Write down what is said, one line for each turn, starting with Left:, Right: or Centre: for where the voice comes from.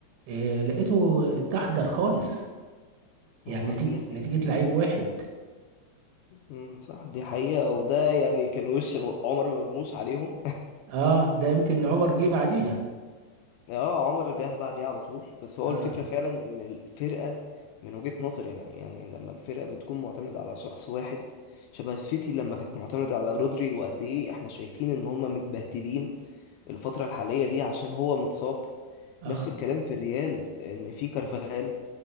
Right: آه لقيته اتدحضر خالص يعني
Left: هو
Right: نتيجة
Left: دي حقيقة
Right: نتيجة لعيب واحد
Left: مم. صح دي حقيقة وده يعني كان وش عمر مرموش عليهم
Right: اه ده يمكن
Left: <laughs>
Right: عمر
Left: بس
Right: جه بعديها
Left: اه عمر جه بعديه على طول بس هو
Right: اه
Left: الفكرة فعلا ان الفرقة من وجهة نظري انا يعني لما الفرقة بتكون معتمدة على شخص واحد شبه السيتي لما كانت معتمدة على رودري وقد ايه احنا شايفين ان هما متبهدلين الفترة الحالية دي عشان هو متصاب
Right: اه
Left: نفس الكلام في الريال ان في كارفاخال